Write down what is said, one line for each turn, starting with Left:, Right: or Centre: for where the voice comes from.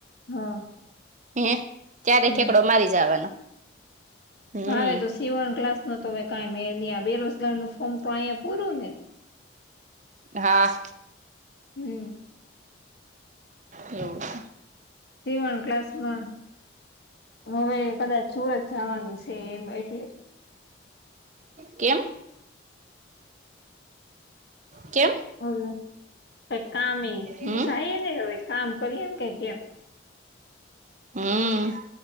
Left: હા.
Right: હૈ ત્યારે
Left: હમ.
Right: ઠેકડો મારી જવાનો. હમ
Left: મારે તો સીવણ ક્લાસ નો તો હવે કઈ મેળ નહી આ બેરોજગાર નું ફોર્મ તો અહીંયા પૂરું ને.
Right: હા.
Left: હમ્મ.
Right: એવું છે.
Left: સીવન ક્લાસ ના હવે કદાચ સુરત જવાનું છે એમ એટલે.
Right: કેમ? કે
Left: હલો કાઈ કામે રીસાય
Right: હમ
Left: ને હવે કામ કરીએ કઈક એમ.
Right: હમ્મ.